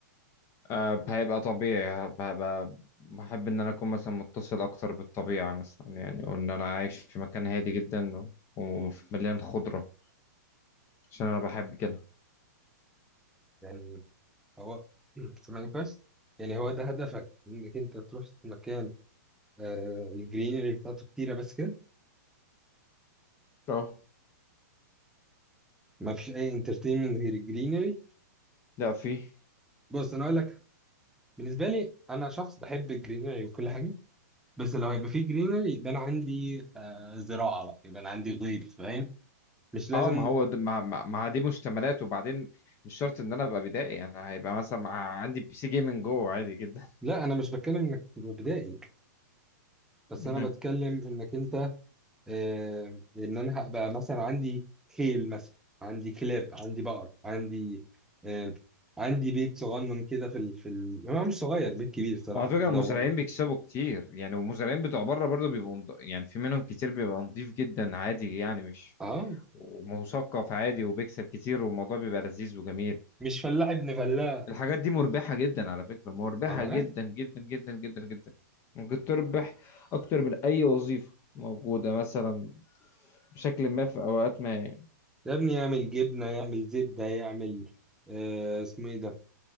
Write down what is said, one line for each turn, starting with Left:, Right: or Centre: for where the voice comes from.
Left: آه هيبقى طبيعي هبقى بحب إن أنا أكون مثلا متصل أكتر بالطبيعة مثلا يعني وإن أنا عايش في مكان هادي جدا ومليان خضرة عشان أنا بحب كده
Centre: يعني هو <clears throat> سامعني كويس يعني هو ده هدفك انك انت تروح مكان آه الجرينري بتاعته كتيره بس كده
Left: اه
Centre: ما فيش اي انترتينمنت غير الجرينري
Left: لا في
Centre: بص انا اقول لك بالنسبه لي انا شخص بحب الجرينري وكل حاجه بس لو هيبقى فيه جرينري يبقى انا عندي آه زراعه بقى يبقى انا عندي غيط فاهم مش لازم
Left: اه ما هو د- ما ما ما دي مشتملات وبعدين مش شرط ان انا ابقى بدائي انا هيبقى مثلا مع- عندي بي سي جيمنج جوه عادي جدا
Centre: لا انا مش بتكلم انك تبقى بدائي بس
Left: <laughs>
Centre: انا بتكلم انك انت آه ان انا هبقى مثلا عندي خيل مثلا عندي كلاب عندي بقر عندي آه عندي بيت صغنن كده في ال... في ال... هو مش صغير بيت كبير الصراحه
Left: وعلى فكرة
Centre: دور
Left: المزارعين بيكسبوا كتير يعني والمزارعين بتوع بره برضه بيبقوا نض- يعني في منهم كتير بيبقى نضيف جدا عادي يعني مش
Centre: اه
Left: ومثقف عادي وبيكسب كتير والموضوع بيبقى لذيذ وجميل
Centre: مش فلاح ابن فلاح
Left: الحاجات دي مربحة جدا على فكرة مربحة
Centre: انا عارف
Left: جدا جدا جدا جدا جدا ممكن تربح أكتر من أي وظيفة موجودة مثلا بشكل ما في أوقات ما يعني
Centre: يا ابني يعمل جبنه يعمل زبده يعمل آه اسمه ايه ده